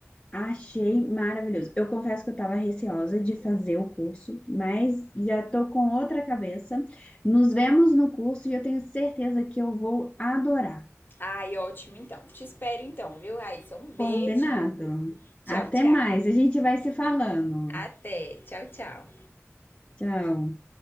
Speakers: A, on the left (about 20°); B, on the left (about 40°).
A: Achei maravilhoso. Eu confesso que eu estava receosa de fazer o curso, mas já estou com outra cabeça. Nos vemos no curso e eu tenho certeza que eu vou adorar.
B: Ai, ótimo então. Te espero então, viu, Raíssa? Um beijo.
A: Combinado?
B: Tchau,
A: Até
B: tchau.
A: mais, a gente vai se falando.
B: Até. Tchau, tchau.
A: Tchau.